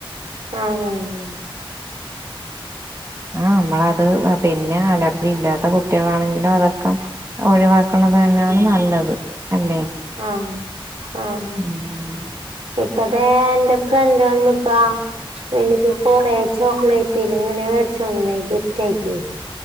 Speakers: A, on the right; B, on the right.
A: ഉം ഉം ഉം
B: ആഹ് നമ്മളെത് പിന്നെ അലർജി ഇല്ലാത്ത കുട്ടികളാണെങ്കിലും അതൊക്കെ ഒഴിവാക്കണത് തന്നെയാണ് നല്ലത് അല്ലേ
A: ആഹ് ഉം ഉം
B: ഉം
A: <unintelligible> <unintelligible> ഇൻക്ക് കുറെ ചോക്ലേറ്റ് ഇങ്ങനെ വേടിച്ചു ഗിഫ്റ്റ് ആയിട്ട്